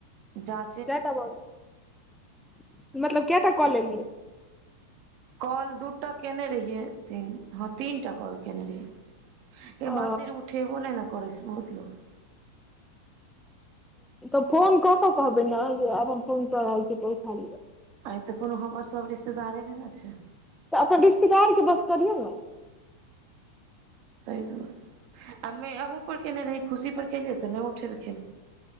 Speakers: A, on the right (about 45°); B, in the centre.
A: जा
B: कएटा भऽ गेल मतलब कैटा कऽ लेलियै
A: कॉल दू टा कयने रहियै तीन हँ तीनटा कॉल कयने रहियै लेकिन
B: ओ
A: बात छै जे उठेबो नहि ना करै छै बहुत लोक
B: तऽ फोन कऽ कऽ कहबै न जे आब हम फोन कऽ रहल छी तऽ उठा लेत
A: आय तऽ कोनो हमर सभ रिश्तेदारे नहि ने छै
B: तऽ अपन रिश्तेदार के बस करियौ ने
A: ताहि दुआरे आ मे अहूँ पर कयने रही खुशीपर केलियै तऽ नहि उठेलखिन